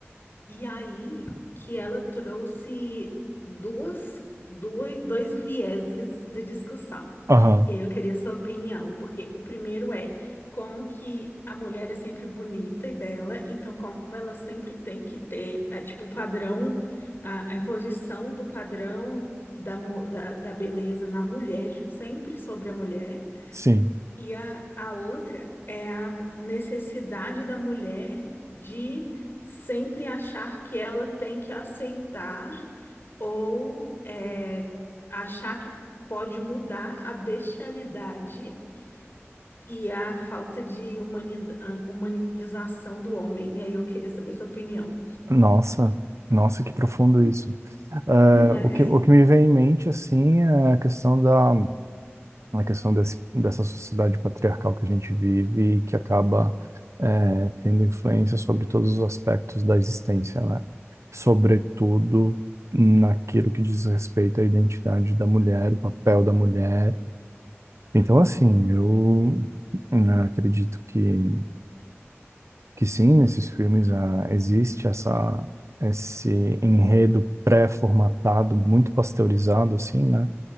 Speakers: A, on the left; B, on the right.
A: E aí que ela trouxe duas, duas, dois vieses de discussão.
B: Aham,
A: E aí eu queria sua opinião, porque o primeiro é como que a mulher é sempre bonita e bela, então como ela sempre tem que ter, eh, tipo, o padrão, a, a imposição do padrão da, mu- da, da beleza na mulher, sempre sobre a mulher.
B: sim.
A: E a, a outra é a necessidade da mulher de sempre achar que ela tem que aceitar ou é, achar que pode mudar a bestialidade e a falta de humani- ah, humanização do homem. E aí eu queria saber sua opinião,
B: Nossa, nossa, que profundo isso. É,
A: não é?
B: o que, o que me vem em mente, assim, é a questão da, a questão desse, dessa sociedade patriarcal que a gente vive e que acaba, é, tendo influência sobre todos os aspectos da existência, né? Sobretudo naquilo que diz respeito à identidade da mulher, o papel da mulher Então, assim, eu né, acredito que, que sim, nesses filmes ah, existe essa, esse enredo pré-formatado, muito pasteurizado, assim, né?